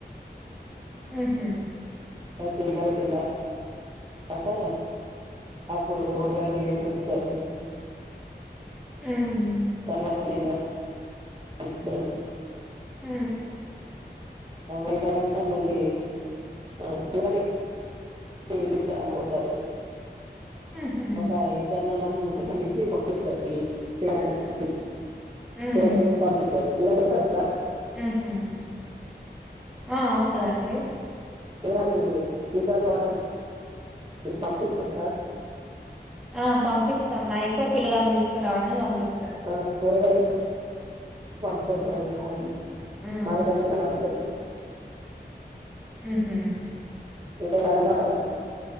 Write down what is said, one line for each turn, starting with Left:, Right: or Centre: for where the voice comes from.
Centre: ఉహ్
Right: వచ్చి ఇంట్ల పెట్టిన తర్వాత తర్వాత అప్పుడు ఓడి <unintelligible> ల బియ్యం కలుపుతారు.
Centre: హ్మ్.
Right: తల్వలు <unintelligible>
Centre: హ్
Right: అవి అయిన తర్వాత మళ్ళీ ఆ పిల్లని తీసుకోవడానికి పోతారు. <unintelligible>
Centre: హుహు.
Right: ముగ్గురును ఇచ్చి పంపిస్తారు. <unintelligible> పిల్లగానీ ఇంటికి
Centre: హ్మ్.
Right: <unintelligible> పంపిస్తారు <unintelligible>
Centre: హుహు. ఆ ఉంటది అండి.
Right: పిలగాన్నితీసుకురాని పోవడానికి పంపిస్తారా
Centre: ఆ పంపిస్తాం నైటె పిల్లగాని తీసుకురావడానికి పంపిస్తాం.
Right: ఆ కూరగాయలతో పంపుతారు <unintelligible>
Centre: ఉమ్
Right: ఉంటది.
Centre: ఉహ్
Right: ఇతన్ నాకన్నా బయస్తు